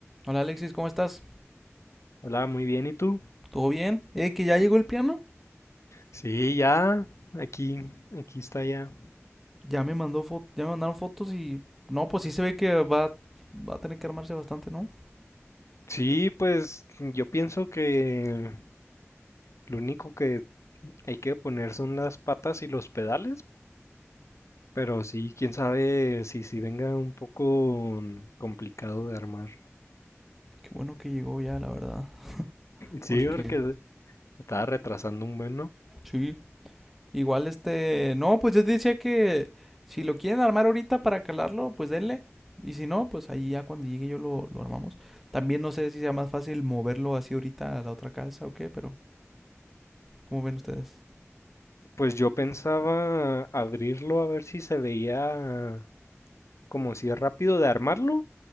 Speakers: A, in the centre; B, on the left.
A: Hola Alexis, ¿cómo estás?
B: Hola, muy bien, ¿y tú?
A: ¿Todo bien? Eh, que ya llegó el piano.
B: Sí, ya, aquí, aquí está ya.
A: Ya me mandó fo- ya me mandaron fotos y no, pues sí se ve que va va a tener que armarse bastante, ¿no?
B: Sí, pues yo pienso que lo único que hay que poner son las patas y los pedales, pero sí, quién sabe si si venga un poco complicado de armar.
A: Qué bueno que llegó ya, la verdad,
B: Sí,
A: porque
B: porque <laughs> se estaba retrasando un buen, ¿no?
A: sí, igual este, no, pues yo decía que si lo quieren armar ahorita para calarlo, pues denle. Y si no, pues ahí ya cuando llegue yo lo, lo armamos. También no sé si sea más fácil moverlo así ahorita a la otra casa o qué, pero ¿cómo ven ustedes?
B: Pues yo pensaba abrirlo a ver si se veía como si es rápido de armarlo,